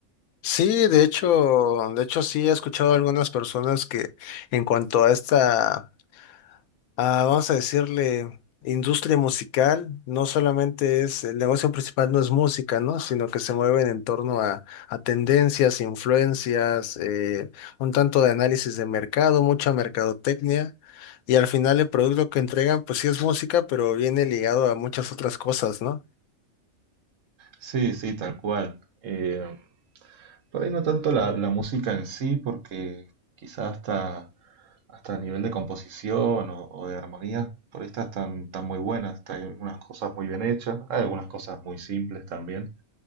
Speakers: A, on the left; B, on the right.
A: Sí, de hecho, de hecho sí he escuchado a algunas personas que en cuanto a esta a, vamos a decirle, industria musical, no solamente es, el negocio principal no es música, ¿no? Sino que se mueven en torno a, a tendencias, influencias, eh, un tanto de análisis de mercado, mucha mercadotecnia. Y al final el producto que entregan, pues sí es música, pero viene ligado a muchas otras cosas, ¿no?
B: Sí, sí, tal cual. Eh, por ahí no tanto la, la música en sí, porque quizás hasta, hasta a nivel de composición o, o de armonía, por ahí estas están, están muy buenas. Hay algunas cosas muy bien hechas, hay algunas cosas muy simples también